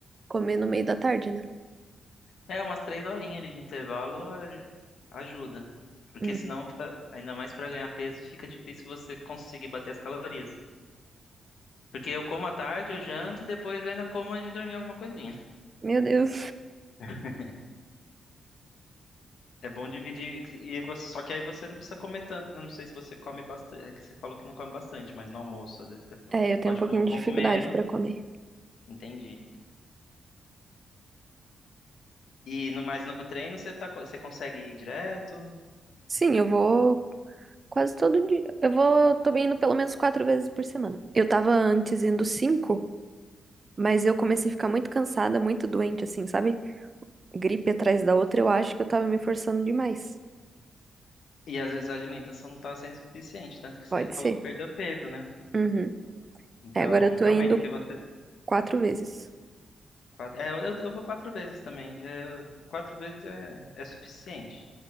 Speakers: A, on the right; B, on the left.
A: comer no meio da tarde, né?
B: É, umas três horinhas ali de intervalo a- ajuda. Porque
A: Uhum.
B: senão, fica, ainda mais para ganhar peso, fica difícil você conseguir bater as calorias. Porque eu como à tarde, eu janto e depois eu ainda como antes de dormir alguma coisinha.
A: Meu Deus.
B: <laughs> É bom dividir, e você- só que aí você não precisa comer tanto. Eu não sei se você come bastante, é que você falou que não come bastante, mas no almoço, às vezes você fa-
A: É, eu tenho
B: pode
A: um pouquinho
B: comer um
A: de
B: pouco
A: dificuldade
B: menos,
A: pra comer.
B: entendi. E no, mas no treino você tá, co- você consegue ir direto,
A: Sim, eu vou quase todo dia. Eu vou, tô indo pelo menos quatro vezes por semana. Eu tava antes indo cinco, mas eu comecei a ficar muito cansada, muito doente, assim, sabe? Gripe atrás da outra, eu acho que eu tava me forçando demais.
B: e às vezes a alimentação não tá sendo suficiente, tanto que você
A: Pode ser.
B: falou que perdeu peso, né?
A: Uhum.
B: Então,
A: É, agora eu tô
B: realmente,
A: indo
B: se você.
A: quatro vezes.
B: qua- É, eu, eu eu vou quatro vezes também. Já, é- quatro vezes é, é suficiente.